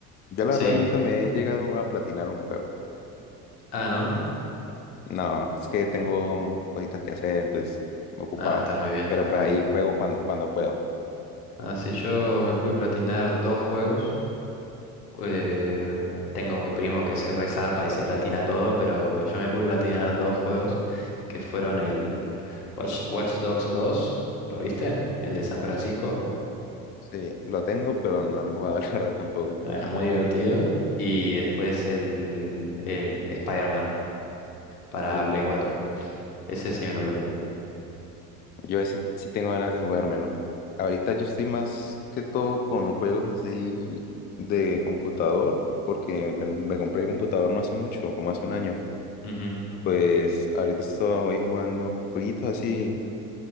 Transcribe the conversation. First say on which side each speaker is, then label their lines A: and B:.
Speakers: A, on the left; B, on the left.
A: Yo la
B: Sí.
A: verdad nunca me he llegado a platinar un juego.
B: Ah, ¿no?
A: No, es que tengo
B: No,
A: cositas que hacer, entonces ocupado.
B: Ah, está muy bien,
A: Pero
B: está
A: pues
B: muy
A: ahí
B: bien.
A: juego cuando, cuando puedo.
B: Ah, sí, yo me pude platinar dos juegos. Eh, tengo mi primo que se resarpa y se platina todo, pero yo me pude platinar dos juegos que fueron el Watch, Watch Dogs dos ¿lo viste? El de San Francisco,
A: Sí, lo tengo, pero no lo he jugado, <laughs> la verdad, tampoco.
B: eh, muy divertido. Y después el, el, el Spider-Man para
A: Uh,
B: Play cuatro Ese sí me lo platiné.
A: yo ese sí tengo ganas de jugármelo. Ahorita yo estoy más que todo con juegos así de computador, porque me, me compré el computador no hace mucho, como hace un año.
B: Ujú.
A: Pues ahorita estoy jugando jueguitos así.